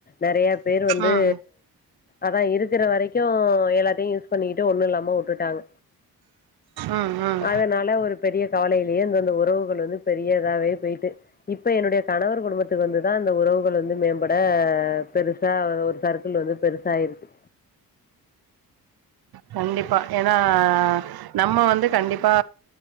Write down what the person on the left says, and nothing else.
நறைய பேர் வந்து
அதா இருக்கிற வரைக்கு எல்லாத்தையு யூஸ் பண்ணிக்கிட்டு ஒன்னு இல்லாம உட்டுட்டாங்க
அதனால ஒரு பெரிய கவலையிலேயே அந்தந்த உறவுகள் வந்து பெரியதாவே போய்ட்டு இப்ப என்னுடைய கணவர் கிட்ட இருந்துதா அந்த உறவுகள் வந்து மேம்பட பெருசா ஒரு சர்க்கிள் வந்து பெருசாயாயிருக்கு